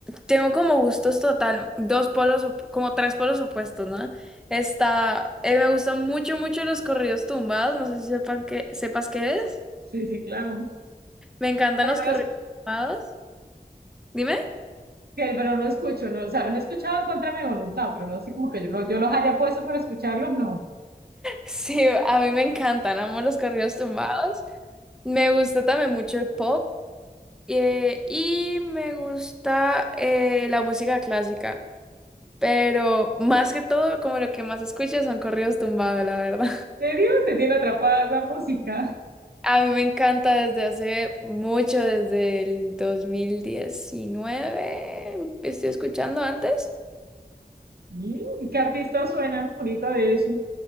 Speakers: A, in the centre; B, on the right.
A: tengo como gustos total, dos polos, op- como tres polos opuestos, ¿no? Está, eh, me gustan mucho, mucho los corridos tumbados, no sé si sepan que, sepas qué es.
B: Sí, sí, claro.
A: Me encantan
B: Pero
A: los
B: no
A: corridos
B: los,
A: tumbados. Dime. <laughs>
B: que- pero no escucho, no, o sea, los he escuchado en contra de mi voluntad, pero no así como que yo, lo- yo los haya puesto para escucharlos, no.
A: Sí, a mí me encantan, amo los corridos tumbados. Me gusta también mucho el pop eh, y me gusta eh, la música clásica, pero más que todo, como lo que más escucho son corridos tumbados, la verdad.
B: ¿En serio? Te tiene atrapada la música.
A: A mí me encanta desde hace mucho, desde el dos mil diecinueve Estoy escuchando antes.
B: Mm, ¿Qué artistas suenan ahorita de eso?